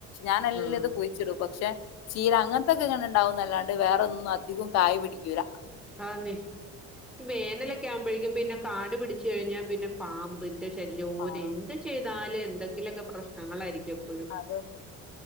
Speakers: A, on the left; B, in the centre.
A: ഞാനെല്ലാം
B: ആഹ്
A: ഇത് പോയി. പക്ഷെ ചീര അങ്ങനത്തൊക്കെ ഇങ്ങനെ ഉണ്ടാവുന്നല്ലാണ്ട് വേറൊന്നും അധികം കായ പിടിക്കുല.
B: ആന്നേ ഈ വേനലൊക്കെ ആവുമ്പോഴേക്കും പിന്നെ കാട് പിടിച്ചു കഴിഞ്ഞാ പിന്നെ പാമ്പ് ന്റെ. ശല്യോര്
A: ആഹ്
B: എന്ത് ചെയ്താലും എന്തെങ്കിലൊക്കെ പ്രശ്നങ്ങളായിരിക്കും. എപ്പഴും
A: അതന്നെ.